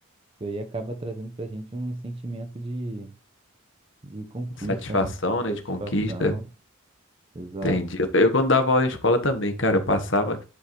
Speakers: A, on the right; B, on the left.
A: isso aí acaba trazendo pra gente um sentimento de, de conquista,
B: De satisfação,
A: né?
B: né?
A: Satisfação,
B: De conquista.
A: exato.
B: Entendi. Eu, eu quando dava aula em escola também, cara, eu passava.